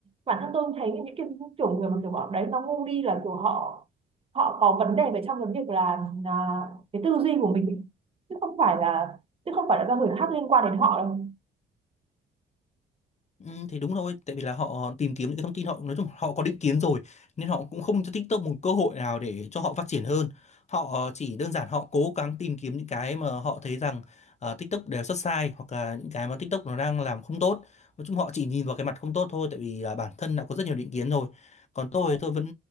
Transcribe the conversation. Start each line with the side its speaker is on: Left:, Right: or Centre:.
Right: bản thân tôi thấy những cái kiểu người mà kiểu bọn đấy nó ngu đi là kiểu họ họ có vấn đề về trong cái việc là à, cái tư duy của mình chứ không phải là chứ không phải là do người khác liên quan đến họ đâu
Left: Ừ, thì đúng thôi, tại vì là họ tìm kiếm những cái thông tin họ nói chung họ có định kiến rồi nên họ cũng không cho TikTok một cơ hội nào để cho họ phát triển hơn. Họ ờ, chỉ đơn giản họ cố gắng tìm kiếm những cái mà họ thấy rằng ờ, TikTok đều xuất sai hoặc là những cái mà TikTok nó đang làm không tốt. Nói chung họ chỉ nhìn vào cái mặt không tốt thôi tại vì là bản thân đã có rất nhiều định kiến rồi. Còn tôi tôi vẫn